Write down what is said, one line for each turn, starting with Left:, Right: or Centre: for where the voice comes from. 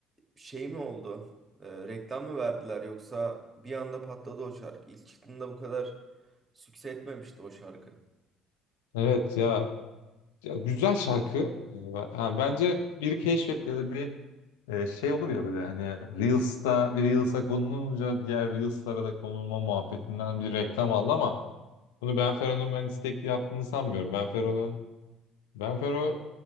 Right: şey mi oldu? E, reklam mı verdiler yoksa bir anda patladı o şarkı. İlk çıktığında bu kadar sükse etmemişti o şarkı.
Left: Evet ya, ya güzel şarkı. E, ben- ha, bence biri keşfetti ya da bir Ee, şey olur ya böyle hani Reels'ta bir Reels'a konulunca diğer Reels'lara da konulma muhabbetinden bir reklam aldı ama bunu Benfero'nun ben istekli yaptığını sanmıyorum. Benfero'nun Benfero